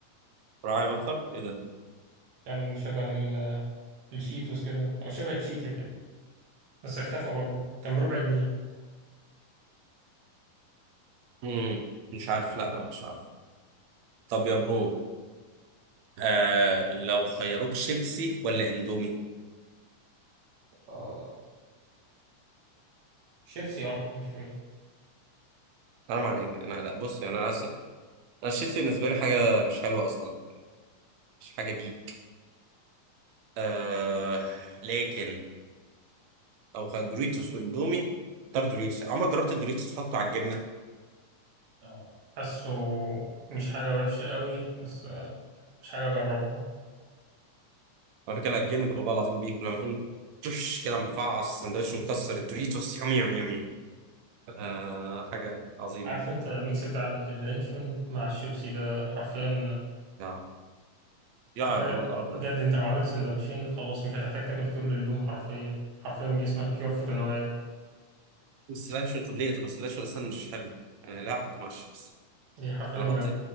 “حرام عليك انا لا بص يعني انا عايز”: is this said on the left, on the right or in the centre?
Right